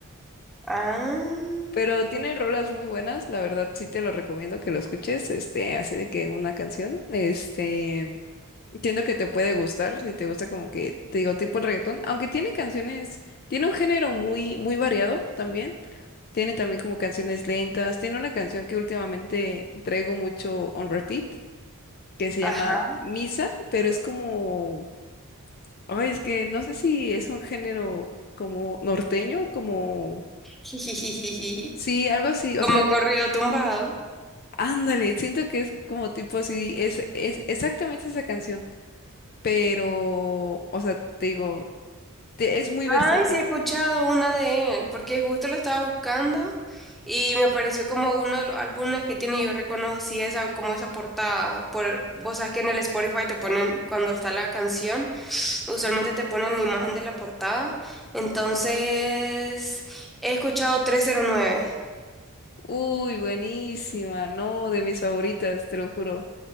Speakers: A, in the centre; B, on the left.
A: Ah,
B: Pero tiene rolas muy buenas, la verdad sí te lo recomiendo que lo escuches, este, así de que una canción, este, entiendo que te puede gustar, si te gusta como que, te digo, tipo el reggaetón, aunque tiene canciones, tiene un género muy, muy variado también, tiene también como canciones lentas, tiene una canción que últimamente traigo mucho on repeat, que se llama
A: ajá.
B: Misa, pero es como, ay, es que no sé si es un género como norteño, como,
A: <laughs> Jijijijiji.
B: sí, algo así,
A: Como
B: o sea...
A: corrido tumbado.
B: Ándale, siento que es como tipo así, es, es exactamente esa canción, pero, o sea, te digo, te- es muy
A: Ay,
B: versátil.
A: sí he escuchado una de él, porque justo lo estaba buscando y me apareció como uno de los álbumes que tiene y yo reconocí esa, como esa portada. Por, vos sabes que en el Spotify te ponen cuando está la canción. usualmente te ponen la imagen de la portada. Entonces, he escuchado trescientos nueve
B: Uy, buenísima, no, de mis favoritas, te lo juro.